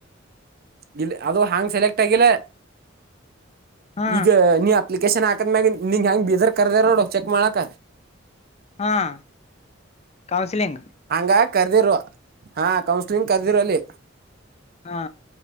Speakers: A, on the right; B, on the left.
A: ಇಲ್ಲಿ ಅದು ಹಾಂಗ್ ಸೆಲೆಕ್ಟ್ ಆಗಿಲ್ಲ
B: ಹಾ
A: ಈಗ ನೀ ಅಪ್ಲಿಕೇಶನ್ ಹಾಕ್ ತ್ ಮ್ಯ ನಿಂ ಹೆಂಗ ಬೀಜರ್ ಕರ್ದ ನೋಡು ಚೆಕ್ ಮಾಡಾಕ್
B: ಹಾಂ ಕಾೌನ್ಸಿಲಿಿಂಗ್
A: ಹಂಗ ಕರ್ದಿರು ಹಾ ಕೌನ್ಸಲಿಂಗ್ ಕರ್ದಿರು ಅಲ್ಲಿ
B: ಹಾ